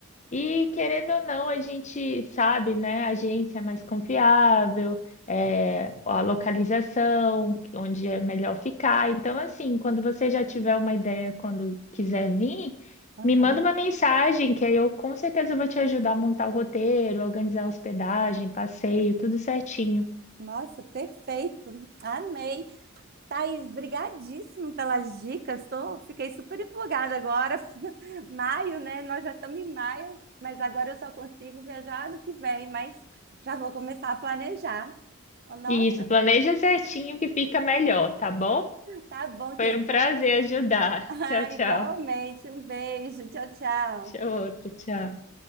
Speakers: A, on the left; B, on the right.
A: E querendo ou não, a gente sabe, né? A agência é mais confiável, é, a localização, onde é melhor ficar. Então, assim, quando você já tiver uma ideia, quando quiser vir,
B: Aham.
A: me manda uma mensagem, que aí eu com certeza vou te ajudar a montar o roteiro, organizar a hospedagem, passeio, tudo certinho.
B: Nossa, perfeito. <laughs> Amei. Thaís, brigadíssimo pelas dicas. Tô, fiquei super empolgada agora. <laughs> Maio, né? Nós já estamos em maio, mas agora eu só consigo viajar no que vem, mas já vou começar a planejar. Nossa,
A: Isso, planeja certinho que fica melhor, tá bom?
B: tá bom,
A: Foi
B: querida.
A: um prazer ajudar.
B: <laughs>
A: Tchau, tchau.
B: igualmente. Um beijo. Tchau, tchau.
A: Tchau, outro, tchau.